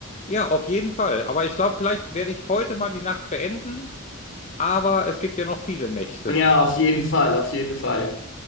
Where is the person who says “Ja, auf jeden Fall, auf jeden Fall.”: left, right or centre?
Left